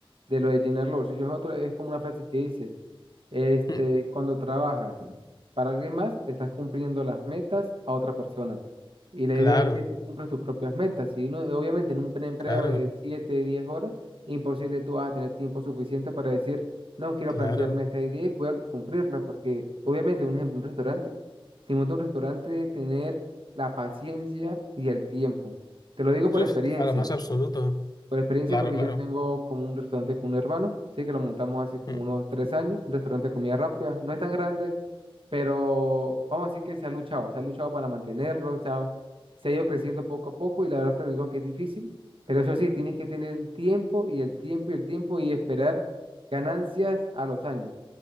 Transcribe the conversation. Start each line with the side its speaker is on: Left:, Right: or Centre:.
Right: de lo de llenar los bolsillos es otro, es como una frase que dice, este,
Left: Mm,
Right: cuando trabajas para alguien más, estás cumpliendo las metas a otra persona. Y la
Left: Claro,
Right: idea es que tú cumples tus propias metas. Y uno, obviamente en un pre- empleo
Left: claro,
Right: de 7 10 horas, imposible tú vas a tener tiempo suficiente para decir, no, quiero
Left: claro.
Right: plantearme esta idea y voy a cumplirla, porque obviamente, un ejemplo, un restaurante, si monta un restaurante, debe tener la paciencia y el tiempo. Te lo digo por
Left: Uf,
Right: experiencia.
Left: claro, más absoluto.
Right: Por experiencia,
Left: Claro,
Right: porque
Left: claro.
Right: yo tengo como un restaurante con un hermano, sí, que lo montamos hace como
Left: Mm,
Right: unos tres años, un restaurante de comida rápida. No es tan grande, pero vamos a decir que se ha luchado, se ha luchado para mantenerlo, se ha, se ha ido creciendo poco a poco y la verdad te digo que es difícil, pero eso sí, tienes que tener el tiempo y el tiempo y el tiempo y esperar ganancias a los años.